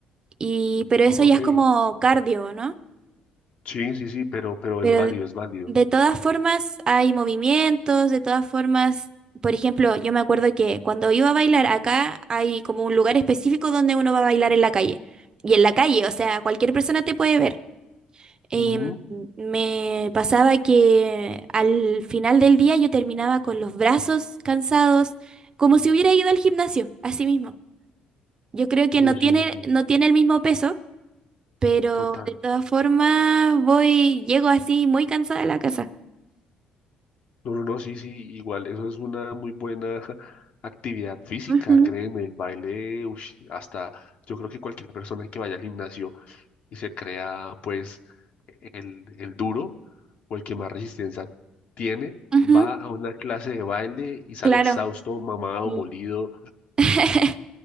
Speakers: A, on the right (about 30°); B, on the left (about 50°).
A: y, pero
B: Oh,
A: eso ya
B: Ok.
A: es como cardio, ¿no?
B: Sí, sí, sí, pero, pero
A: Pero
B: es válido,
A: de
B: es válido.
A: de todas formas hay movimientos, de todas formas, por ejemplo, yo me acuerdo que cuando iba a bailar acá hay como un lugar específico donde uno va a bailar en la calle. Y en la calle, o sea, cualquier persona te puede ver. Em,
B: Ujú.
A: me pasaba que al final del día yo terminaba con los brazos cansados, como si hubiera ido al gimnasio, así mismo. Yo creo que no
B: No,
A: tiene,
B: sí, sí,
A: no tiene el mismo peso, pero
B: total.
A: de todas formas voy, llego así muy cansada a la casa.
B: No, no, no, sí, sí, igual, eso es una muy buena <laughs> actividad física,
A: Ujú.
B: créeme, el baile, ush, hasta yo creo que cualquier persona que vaya al gimnasio y se crea, pues, e-, el, el duro o el que más resistencia tiene, va
A: Ujú,
B: a una clase de baile y sale
A: claro.
B: exhausto, mamado,
A: Sí.
B: molido.
A: <laughs>